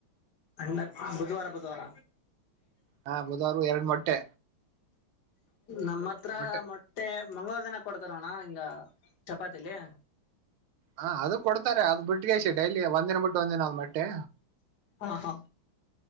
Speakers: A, on the left; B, on the right.
A: ಅಂಡ ಬುಧವಾರ ಬುಧವಾರ
B: ಹಾ ಬುಧವಾರ ಎರಡು ಮೊಟ್ಟೆ
A: ನಮ್ಮ ಹತ್ರ
B: ಮೊಟ್ಟೆ
A: ಮಟ್ಟೆ ಮಂಗಳವಾರ ದಿನ ಕೊಡ್ತಾರ ಅಣ್ಣ ಹಿಂಗ ಚಪಾತಿಲಿ
B: ಹಾ ಅದು ಕೊಡ್ತಾರೆ ಅದು ಬಿಟ್ಟ ಗೆಶ ಡೈಲಿ ಒಂದಿನ ಬಿಟ್ಟ. ಂದಿನಾಳ ಮಟ್ಟೆ
A: ಹಾ ಹಾ